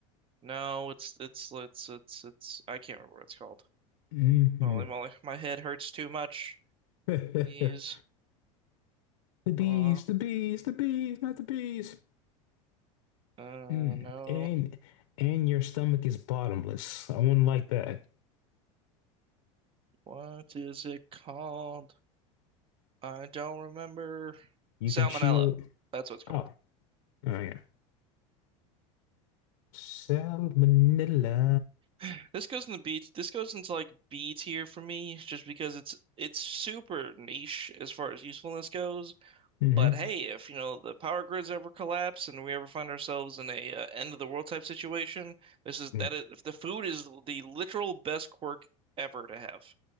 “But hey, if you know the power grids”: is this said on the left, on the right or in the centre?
Right